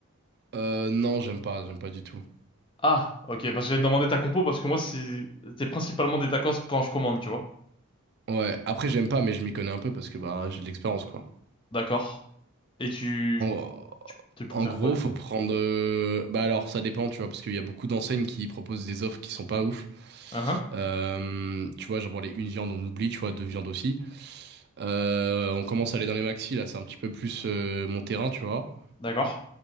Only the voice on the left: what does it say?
Ah, ok, parce que j'avais demandé ta compo parce que moi c'est c'est principalement des tacos quand je commande, tu vois.
D'accord. Et tu,
tu, tu préfères
quoi du
coup?
Hein?
D'accord.